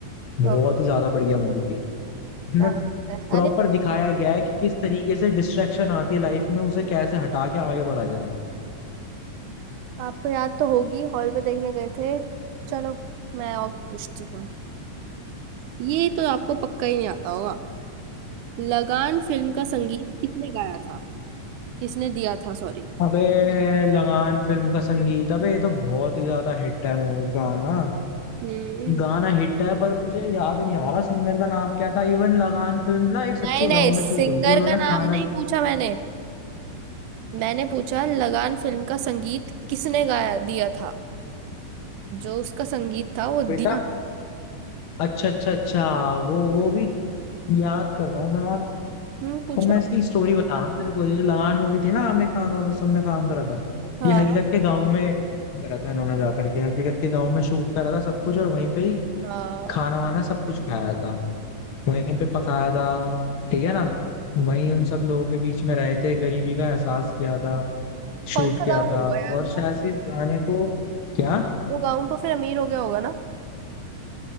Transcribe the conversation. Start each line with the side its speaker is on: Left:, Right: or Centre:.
Left: बहुत
Right: ओहो
Left: ही ज्यादा बढ़िया मूवी थी इसमें
Right: क्या बात है
Left: प्रॉपर
Right: अरे
Left: दिखाया गया है कि किस तरीके से डिस्ट्रैक्शन आती है लाइफ में उसे कैसे हटा के आगे बढ़ा जाए
Right: आपको याद तो होगी हॉल पे देखने गए थे चलो मैं और पूछती हूँ ये तो आपको पक्का ही नहीं आता होगा लगान फिल्म का संगीत किसने गाया था किसने दिया था सॉरी
Left: अबे लगान फिल्म का संगीत अबे ये तो बहुत ही ज्यादा हिट है मूवी गाना
Right: हम्म
Left: गाना हिट है पर मुझे याद नहीं आ रहा सिंगर का नाम क्या था इवन लगान फिल्म ना एक सच्चे
Right: नहीं नहीं
Left: गांव में
Right: सिंगर
Left: शूट हुई थी उन्होंने
Right: का नाम
Left: खाना
Right: नहीं पूछा मैंने मैंने पूछा लगान फिल्म का संगीत किसने गाया दिया था जो उसका संगीत था वो दिया
Left: बेटा अच्छा अच्छा अच्छा वो वो भी याद कर रहा हूँ मैं यार
Right: हम्म पूछो
Left: और मैं इसकी स्टोरी बता रहा हूँ तेरे को ये जो लगान मूवी थी ना आमिर खान और सबने काम करा था
Right: हाँ
Left: ये हकीकत के गांव में करा था इन्होंने जा करके हकीकत के गांव में शूट करा था सब कुछ और वहीं पे ही
Right: हाँ
Left: खाना वाना सब कुछ खाया था वहीं पे पकाया था ठीक है ना वहीं उन सब लोगों के बीच में रहे थे गरीबी का एहसास किया था शूट
Right: कौन सा
Left: किया
Right: गाँव होगा
Left: था
Right: यार
Left: और
Right: वो
Left: शायद से इस गाने को क्या
Right: वो गाँव तो फिर अमीर हो गया होगा ना